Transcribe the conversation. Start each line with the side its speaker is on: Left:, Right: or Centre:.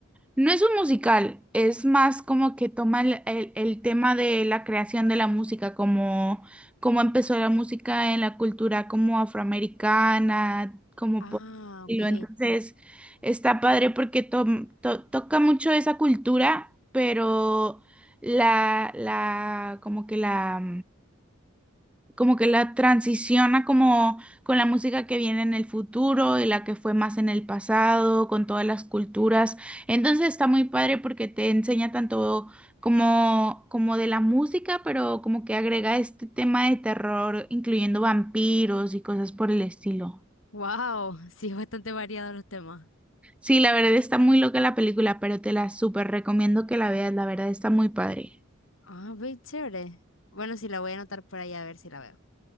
Centre: No es un musical, es más como que toma el, el- el tema de la creación de la música, como cómo empezó la música en la cultura como afroamericana, como
Left: Ah,
Centre: por estilo.
Left: ok.
Centre: Entonces, está padre porque to- to- toca mucho esa cultura, pero la, la, como que la, como que la transiciona como con la música que viene en el futuro y la que fue más en el pasado, con todas las culturas. Entonces está muy padre porque te enseña tanto como, como de la música, pero como que agrega este tema de terror, incluyendo vampiros y cosas por el estilo.
Left: Wow, <laughs> sí, es bastante variado los temas.
Centre: Sí, la verdad está muy loca la película, pero te la súper recomiendo que la veas, la verdad está muy padre.
Left: Ah, ve, chévere. Bueno, sí, la voy a anotar por ahí a ver si la veo.